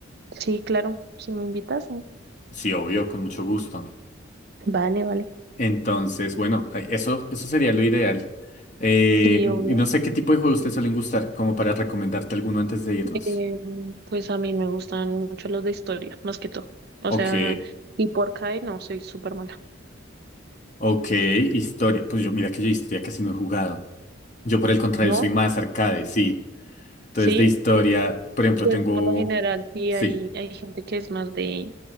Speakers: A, on the right (about 55°); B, on the left (about 40°).
A: sí, claro. Si me invitas, sí.
B: Sí, obvio, con mucho gusto.
A: Vale, vale.
B: Entonces, bueno, eh, eso, eso sería lo ideal. Eh,
A: Sí, obvio.
B: y no sé qué tipo de juegos te suelen gustar, como para recomendarte alguno antes de irnos.
A: Em, pues a mí me gustan mucho los de historia, más que todo. O
B: Ok.
A: sea, y por CAE no, soy súper mala.
B: Ok, historia. Pues yo, mira que yo historia casi no he jugado. Yo por el contrario
A: ¿No?
B: soy más arcade, sí. Entonces
A: Sí,
B: de historia, por ejemplo,
A: Pues
B: tengo...
A: por lo general sí
B: Sí,
A: hay, hay gente que es más de,